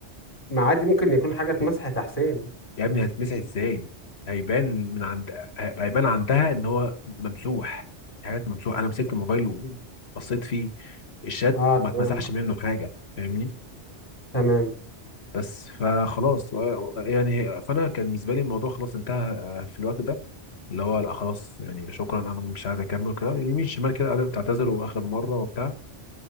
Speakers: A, on the left; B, on the left.
A: ما عادي ممكن يكون حاجة اتمسحت يا حسين
B: يا ابني هتتمسح ازاي هيبان من عند هيبان عندها ان هو ممسوح في حاجات ممسوح انا مسكت الموبايل وبصيت فيه الشات
A: اه
B: ما
A: تمام
B: اتمسحش منه حاجه فاهمني
A: تمام
B: بس فخلاص يعني فانا كان بالنسبه لي الموضوع خلاص انتهى آه، في الوقت ده اللي هو لا خلاص يعني شكرا انا مش عايز اكمل كده يمين شمال كده قاعده بتعتذر واخر مره وبتاع